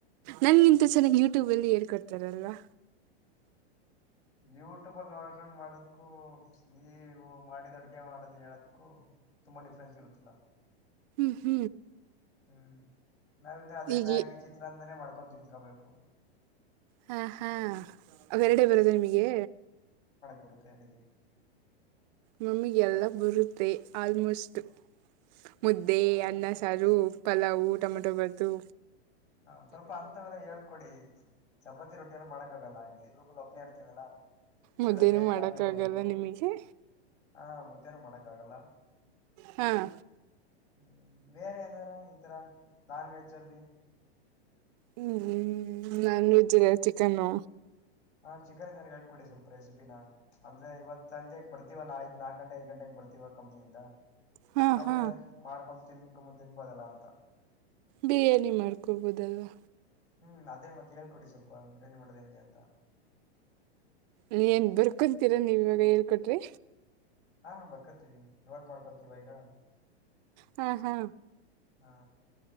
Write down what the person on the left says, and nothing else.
ಹ್ಮ್
ಯೂಟ್ಯೂಬ ಅಲ್ಲಿ ನೋಡ್ಕೊಂಡ್ ಮಾಡದಕೂ ನೀವು ಮಾಡಿದ್ ಅಡ್ಗೆ ಮಾಡದ್ ಹೇಳದಕು ತುಂಬಾ ಡಿಫ್ರೆನ್ಸ್ ಇರುತ್ತಿಲ್ಲ
ಹ್ಮ್ ನಾವಿನ್ನು ಅದೇ
ಮ್ಯಾಗಿ ಚಿತ್ರಾಂದನೇ ಮಾಡ್ಕೊಂಡು ತಿನ್ಕೊಬೇಕು
ಬರುತ ಅಡುಿಗೆ
ಅದೇ
ಹ ಸ್ವಲ್ಪ ಅಂತವೆಲ್ಲ ಹೇಳ್ಕೊಡಿ ಚಪಾತಿ ರೊಟ್ಟಿ ಎಲ್ಲ ಮಾಡಕ್ಕಾಗಲ್ಲ ಇಲ್ಲಿ ನೀೂಪ ಲಬ್ನಿ ಇಡ್ತನಲ್ಲ
ಬೆಳಗ್ಗೆ
ಜಾಬಿಗೆ ಹೋಗ್ಬೇಕು
ಹಾ ಮಧ್ಯಾಹ್ನ ಮಾಡಕ್ ಆಗಲ್ಲ
ಹ್ಮ್ ಬೇರೆ ನಾರ ಈ ತರ ನಾನ್ ವೆಜ್ ಅಲ್ಲಿ
ಹಾ ಚಿಕನ್ಜಾರ ಹಳ್ಕಡಿ ಸ್ವಲ್ಪ ರೆಸಿಪಿನಾ ಅಂದ್ರೆ ಇವತ್ ಸಂಜೆಗ್ ಬರ್ತೀವ ನಾ ಆಯ್ತು ನಾಕ ಗಂಟೆ ಐದ ಗಂಟ ಬರ್ತಿೀವ ಕಂಪ್ನಿಯಿಂದ
ಆಾಗ
ಮಾಡ್ಕೊಂಡ್ ತಿನ್ಕೊ್ ತಿನ್ಬದಲ್ಲ ಅ
ಹ್ಮ್ ಅದೇ ಮತ್ತೆ ಹೇಳ್ಕೊಡಿ ಸ್ವಲ್ಪ ಬಿರಿಯಾನಿ ಮಾಡ್ದ ಹೆಂಗೆ ಅಂತ
ಹಾ ಬರ್ಕೊತೀವಿ ನೋಟ್ ಮಾಡ್ಕೊತೀವ ಈಗ
ಹಾ